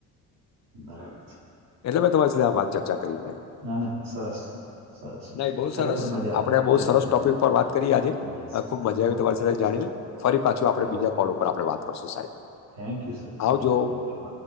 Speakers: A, on the right; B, on the left.
A: બરાબર છે.
B: એટલે મેં તમારી સાથે આવાત ચર્ચા કરી મેં.
A: ના ના સરસ. સરસ
B: નહી બહ
A: ખરેખર
B: સરસ
A: મજા આવી
B: આપડ આ
A: ખરેખર
B: બહ સરસ
A: મજા
B: ટોપિક ઉપ વાત કરી આજે
A: આવી યસ
B: ખુબ મજા આવી
A: ઓકે
B: તમારી સાથે જાણીને.
A: સર
B: ફરી પાછું આપડણે
A: ઓકે
B: બીજા કોલ ઉપર આપણે વાત કરશું સાહેબ.
A: Thank you sir thank
B: આવજો
A: you ઓકે બ.